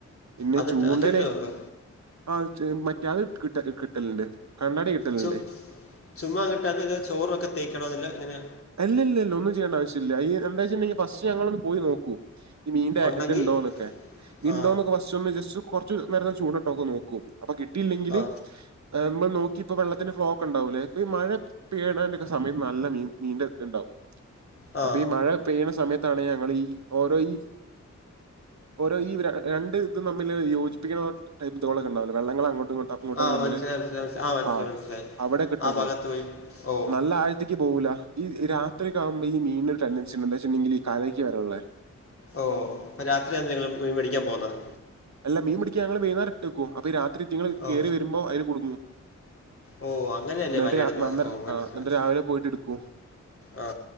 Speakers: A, on the right; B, on the left.
A: പിന്നെ
B: അത്
A: ചൂണ്ടല്ലേ
B: ട്ട- അത് കിട്ടുമോ ബ്രോ
A: ആ മറ്റാതെ കിട്ട കിട്ടലുണ്ട് കണ്ണാടി കിട്ടലുണ്ട്
B: ചോ ചുമ്മാങ്ങിട്ട് അതില്ല ചോറുക്കെ തേക്കണം അല്ല എങ്ങനെയാ
A: അല്ല ഇല്ല ഇല്ല ഒന്നും ചെയേണ്ടവശ്യമില്ല ഈ എന്താ ങ്കിൽ ഫസ്റ്റ് ഞങ്ങളൾ ഒന്ന് പോയി നോക്കൂ ഈ മീന്റെ
B: ഉണ്ടെങ്കിൽ
A: ഇതുണ്ടോന്നൊക്കെ മീൻ
B: ആ
A: ഉണ്ടോന്നൊക്കെ? ജസ്റ്റ് കുറച്ച് നേരത്തെ ചൂട്ട്ടോൊക്കെ നോക്കും അപ്പൊ കിട്ടിയില്ലെങ്കില്
B: ആ
A: നമ്മ നോക്കിപ്പോ വെള്ളത്തിന്റെ ഫേക്ക് ഉണ്ടാവൂല്ലേ ഇപ്പോ ഈ മഴ പെയ്യണ സമയം നല്ല മീൻ നീണ്ട ഇ ഉണ്ടാവും
B: ആ
A: അപ്പൊ ഈ മഴ പെയ്യണ സമയത്താണ് ഞങ്ങൾ ഈ ഓരോ ഈ ഓരോ ഈ രണ്ട് ഇതും തമ്മിൽ യോജിപ്പിക്കുന്ന ടൈപ്പ്ക്കെ തോളിൽഉണ്ടാവോ വെള്ളങ്ങൾ അങ്ങട്ടും ഇങ്ങോട്ട ഇങ്ങോട്ടക്കെ
B: ആ
A: തമ്മില്
B: മനസ്സിലായി മനസ്സിലായി മനസ്സിലായി മനസ്സിലായി
A: ആ
B: മനസ്സിലായി
A: അവിടെ കിട്ടക്ക
B: ആ ഭാഗത്ത് പോയി ഓ
A: നല്ല ആഴ്ത്തേക്ക് പോകൂല ഈ രാത്രി ആവുമ്പോ ഈ മീന്റെ ടെൻസി വെച്ചിണ്ടെങ്കിൽ കലയ്ക്ക് വരുള്ളേ
B: ഓ രത്രി ഞങ്ങൾ മേടിക്കാൻ പോവുന്നത്
A: അല്ല മീൻ പിടിക്കാ ഞങ്ങള് വൈന്നേരം ഇട്ടക്കും അപ്പ ഈ രാത്രി നിങ്ങള്
B: ഓ
A: കയറി വരുമ്പോ അയില് കുടുങ്ങും
B: ഓ അങ്ങനെയല്ലേ
A: എന്നിട്ട്
B: വലയിടുന്ന
A: രാ നന്നര
B: ഓ മനസിലായി
A: ആ എന്നിട്ട് രാവിലെ പോയിട്ട് എടുക്കും
B: ആ